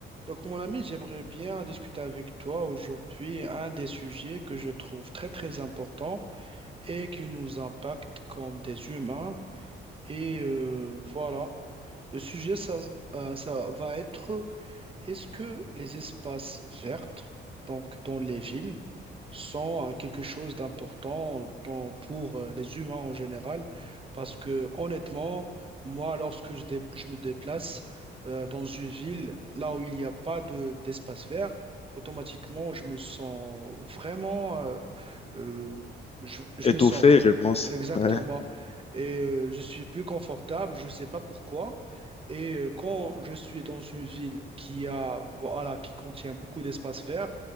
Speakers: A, on the right; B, on the left.
A: Donc, mon ami, j'aimerais bien discuter avec toi aujourd'hui un des sujets que je trouve très, très important et qui nous impacte comme des humains. Et euh, voilà, le sujet, ça, euh, ça va être est-ce que les espaces verts, donc dans les villes, sont euh, quelque chose d'important dans- pour euh, les humains en général? Parce que honnêtement, moi, lorsque je, dé- je me déplace euh, dans une ville, là où il n'y a pas de, d'espace vert, automatiquement, je me sens vraiment... euh, euh, je, je
B: Étouffé,
A: me sens vraiment-
B: je pense.
A: exactement.
B: Ouais,
A: Et euh, je suis plus confortable, je ne sais pas pourquoi. Et euh, quand je suis dans une ville qui a, voilà, qui contient beaucoup d'espace vert,